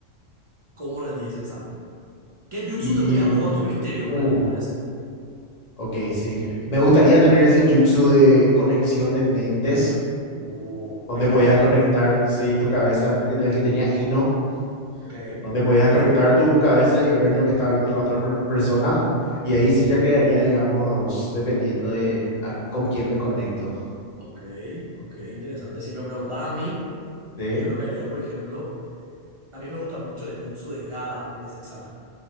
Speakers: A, on the right; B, on the left.
A: ¿Cómo rendís ese examen? ¿Qué jutsu
B: Y,
A: tendrías vos a tu criterio,
B: uh,
A: ponele, entendés?
B: ok, sí. Me gustaría tener ese jutsu de conexión de mentes,
A: Uh,
B: donde
A: el que
B: podías
A: tenía...
B: conectar, sí, tu cabeza, que- la que tenía Ino,
A: Ok.
B: donde podías conectar tu cabeza y ver lo que estaba viendo la otra per- persona. Y ahí sí ya quedaría, digamos, dependiendo de a- con quién me conecto.
A: Ok, ok, interesante. Si me preguntas a mí,
B: Sí.
A: yo lo que haría, por ejemplo, a mí me gusta mucho el jutsu de Gara en ese examen.